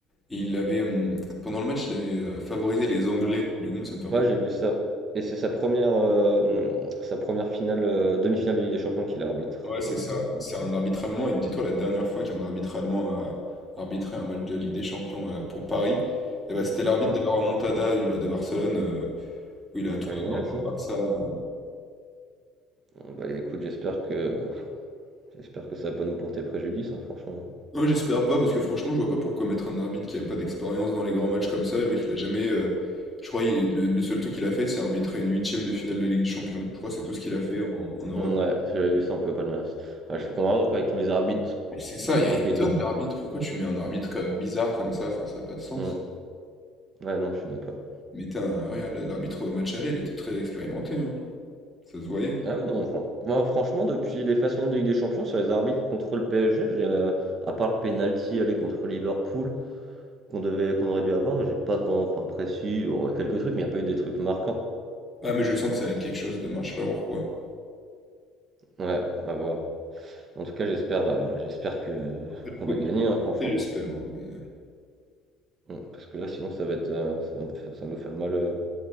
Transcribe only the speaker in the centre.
et il avait. hum, pendant le match, il avait euh, favorisé les Anglais. Du coup, moi, ça me fait un
peu
Ouais,
c'est ça.
C'est un arbitre allemand. Et dis-toi, la dernière fois qu'un arbitre allemand a arbitré un match de Ligue des Champions euh, pour Paris, eh ben, c'était l'arbitre
de la remontada du- de Barcelone, euh, où il
a tout
accordé
au Barça. euh.
Non, j'espère pas, parce que franchement, je vois pas pourquoi mettre un arbitre qui a pas d'expérience dans les grands matchs comme ça. Le mec, il a jamais. euh, je crois il- le, le seul truc qu'il a fait, c'est arbitrer une huitième de finale de Ligue des Champions. Je crois que c'est tout ce qu'il a fait en, en Europe.
Et C'est ça,
il y a une tonne d'arbitres. Pourquoi tu mets un arbitre comme- bizarre comme ça? Enfin, ça n'a pas de sens.
Mais t'as un- regarde, l'arbitre au match aller, il était très expérimenté, hein. Ça se voyait.
Ah, mais je sens que ça va être quelque chose demain, je sais pas pourquoi.
Après le
foot,
il va rater,
j'espère. hein, mais...